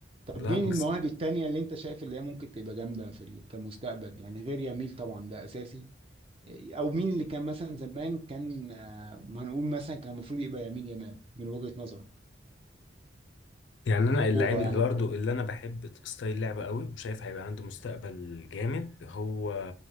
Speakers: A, on the right; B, on the left.
A: طب
B: لا
A: مين
B: بجس
A: المواهب التانية اللي انت شايف اللي هي ممكن تبقى جامدة في ال- كمستقبل يعني غير يميل طبعا ده اساسي او مين اللي كان مثلا زمان كان آه، ما هنقول مثلا كان المفروض يبقى يميل يمال من وجهة نظرك
B: يعني انا
A: ككورة
B: اللعيب اللي
A: يعني
B: برضه
A: وكده.
B: اللي انا بحب ستايل لعبه قوي وشايف هيبقى عنده مستقبل جامد هو